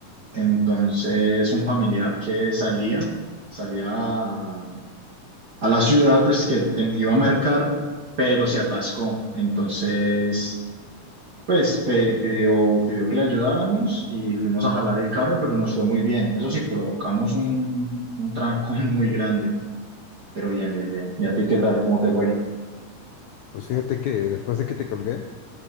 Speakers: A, on the right; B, on the left.
A: Entonces un familiar que salía, salía a, a la ciudad, pues que te- iba a mercar, pero se atascó. Entonces Pues pe- pidió, pidió que le ayudáramos y fuimos a jalar el carro, pero nos fue muy bien. Eso sí, provocamos un, un trancón <laughs> muy grande, pero bien, bien, bien. ¿Y a ti qué tal? ¿Cómo te fue?
B: Pues fíjate que después de que te colgué,